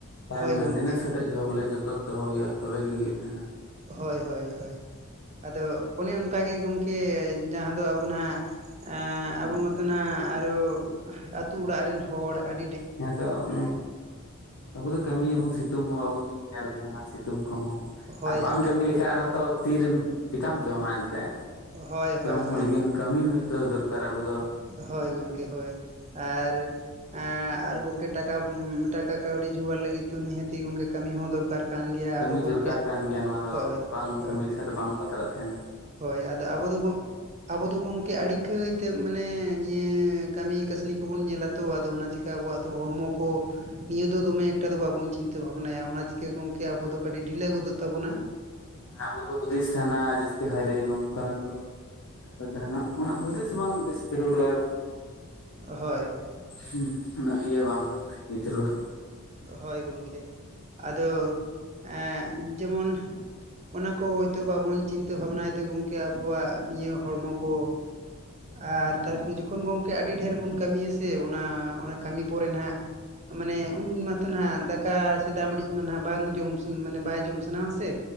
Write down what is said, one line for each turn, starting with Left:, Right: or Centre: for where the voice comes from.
Left: ᱴᱟᱭᱤᱢ
Right: ᱦᱳᱭ
Left: ᱢᱮᱱᱴᱮᱱᱮᱥ
Right: ᱜᱚᱢᱠᱮ
Left: ᱠᱟᱛᱮᱜ ᱡᱚᱦᱚᱜ ᱵᱚᱞᱮ ᱡᱚᱛᱚᱛ ᱫᱚᱦᱚ ᱦᱩᱭᱩᱜᱼᱟ, ᱛᱚᱵᱮ ᱜᱮ ᱦᱩᱭᱩᱜ ᱛᱟᱦᱮᱸᱱᱟ᱾
Right: ᱦᱳᱭ ᱦᱳᱭ ᱦᱳᱭ! ᱟᱫᱚ ᱚᱱᱮ ᱚᱱᱠᱟ ᱜᱮ ᱜᱚᱝᱠᱮ ᱡᱟᱦᱟᱸ ᱫᱚ ᱟᱵᱚ ᱱᱟᱜ ᱮᱸᱻᱟᱹᱵᱩ ᱢᱟᱛᱚ ᱱᱟᱜ ᱟᱨᱚ ᱟᱹᱛᱩ ᱚᱲᱟᱜ ᱨᱤᱱ ᱦᱚᱲ ᱟᱹᱰ-
Left: ᱦᱮᱸᱛᱚ ᱚᱢᱚᱱ- ᱟᱵᱚ ᱫᱚ ᱠᱟᱹᱢᱤᱭᱟᱵᱚᱱ ᱥᱤᱛᱩᱝ ᱦᱚᱸ ᱵᱟᱵᱚᱱ ᱧᱮᱞ ᱛᱟᱦᱮᱱᱟ ᱥᱤᱛᱩᱝ ᱠᱚᱦᱚᱸ᱾
Right: ᱦᱳᱭ
Left: ᱟᱨ ᱵᱟᱝ
Right: ᱟᱹᱰᱤ
Left: ᱠᱟᱹᱢᱤ ᱞᱮᱠᱷᱟᱜ ᱟᱨᱦᱚᱸ ᱛᱟᱨ ᱛᱤᱨᱮᱢ ᱪᱤᱠᱟᱢ ᱡᱚᱻᱢᱟ ᱮᱱᱛᱮᱜ᱾
Right: ᱦᱳᱭ
Left: ᱡᱚᱢ
Right: ᱦᱳᱭ ᱦᱳᱭ
Left: ᱦᱩᱭ ᱞᱮᱢ ᱠᱟᱹᱢᱤ ᱦᱳᱭᱛᱚ ᱫᱚᱨᱠᱟᱨᱼᱟ, ᱟᱵᱚ ᱫᱚ᱾
Right: ᱦᱳᱭ ᱜᱚᱝᱠᱮ ᱦᱳᱭ, ᱟᱻᱨ ᱟᱸᱻᱟᱨ ᱜᱚᱝᱠᱮ ᱴᱟᱠᱟᱢ, ᱴᱟᱠᱟ ᱠᱟᱹᱣᱰᱤ ᱡᱩᱜᱟᱹᱲ ᱞᱟᱹᱜᱤᱫ ᱛᱚᱦᱚᱸ ᱱᱤᱦᱟᱹᱛᱤ ᱜᱚᱝᱠᱮ ᱠᱟᱹᱢᱤ ᱦᱚᱸ ᱫᱚᱨᱠᱟᱨ᱾ ᱠᱟᱱ ᱜᱮᱭᱟ
Left: ᱠᱟᱹᱢᱤ
Right: ᱟᱫᱚ ᱜᱚᱝᱠᱮ
Left: ᱡᱚᱨᱠᱟᱨ ᱠᱟᱱ ᱜᱮᱭᱟ ᱱᱚᱣᱟ ᱫᱚ,
Right: ᱦᱳᱭ
Left: ᱵᱟᱝ
Right: ᱦᱳᱭ
Left: ᱠᱟᱹᱢᱤ ᱞᱮᱠᱷᱟᱜ ᱫᱚ ᱵᱟᱝ ᱵᱟᱛᱨᱟᱜ ᱛᱟᱦᱮᱸᱱᱟ᱾
Right: ᱦᱳᱭ ᱟᱫᱚ ᱟᱵᱚ ᱫᱚᱵᱚ ᱟᱵᱚ ᱫᱚ ᱜᱚᱢᱠᱮ ᱟᱹᱰᱤ ᱠᱟᱹᱭ ᱛᱮ ᱢᱟᱱᱮ ᱱᱤᱭᱟᱹ ᱠᱟᱹᱢᱤ ᱠᱟᱹᱥᱱᱤ ᱠᱚᱵᱚᱱ ᱧᱮᱞᱟ ᱛᱚ ᱟᱫᱚ ᱚᱱᱟ ᱪᱤᱠᱟ ᱟᱵᱚᱣᱟᱜ ᱫᱚ ᱦᱚᱲᱢᱚ ᱠᱚ ᱱᱤᱭᱟᱹ ᱫᱚ ᱫᱚᱢᱮ ᱮᱠᱴᱟ ᱫᱚ ᱵᱟᱵᱚᱱ ᱪᱤᱱᱛᱟᱹ ᱵᱷᱟᱵᱽᱱᱟᱭᱟ ᱚᱱᱟ ᱪᱤᱠᱟᱹ ᱜᱚᱝᱠᱮ ᱟᱵᱚ ᱫᱚ ᱠᱟᱹᱴᱤᱡ ᱰᱷᱤᱞᱟᱹ ᱜᱚᱫᱚᱜ ᱛᱟᱵᱚᱱᱟ
Left: ᱮᱸ ᱟᱵᱚ ᱫᱚᱵᱚ ᱦᱩᱫᱤᱥ ᱛᱟᱦᱮᱸᱱᱟ ᱡᱟᱹᱥᱛᱤ ᱦᱟᱭᱨᱮ ᱱᱚᱝᱠᱟ ᱫᱚ ᱟᱫᱚ ᱡᱟᱦᱟᱸ ᱱᱟᱜ ᱚᱱᱟ ᱦᱩᱫᱤᱥ ᱵᱟᱝ ᱦᱩᱫᱤᱥ ᱡᱟᱹᱨᱩᱲᱟ
Right: ᱦᱚᱭ
Left: ᱦᱩᱸ ᱩᱱᱟᱹᱜ ᱤᱭᱟᱹ ᱵᱟᱝ ᱡᱟᱹᱨᱩᱲ
Right: ᱦᱟᱭ ᱜᱚᱝᱠᱮ ᱟᱫᱚ ᱮᱸᱜ ᱡᱮᱢᱚᱱ ᱚᱱᱟ ᱠᱚ ᱦᱳᱭᱛᱚ ᱵᱟᱵᱚᱱ ᱪᱤᱱᱛᱟᱹ ᱵᱷᱟᱵᱽᱱᱟᱭ ᱛᱮ ᱜᱚᱝᱠᱮ ᱟᱵᱚᱣᱟᱜ ᱱᱤᱭᱟᱹ ᱦᱚᱲᱢᱚ ᱠᱚ ᱟᱨ ᱛᱟᱨᱯᱚ ᱨᱮ ᱡᱚᱠᱷᱚᱱ ᱜᱚᱝᱠᱮ ᱟᱹᱰᱤ ᱰᱷᱮᱨ ᱵᱚᱱ ᱠᱟᱹᱢᱤᱭᱟ ᱥᱮ ᱚᱱᱟ ᱚᱱᱟ ᱠᱟᱹᱢᱤ ᱯᱚᱨᱮ ᱱᱷᱟᱜ ᱢᱟᱱᱮ ᱩᱱ ᱢᱟᱛᱚ ᱱᱷᱟᱜ ᱫᱟᱠᱟ ᱥᱮ ᱫᱟᱜ ᱢᱟᱰᱤ ᱢᱟ ᱢᱟᱱᱟᱜ ᱵᱟᱝ ᱡᱚᱢ ᱢᱟᱱᱮ ᱵᱟᱭ ᱡᱚᱢ ᱥᱟᱱᱟᱣᱟ ᱥᱮ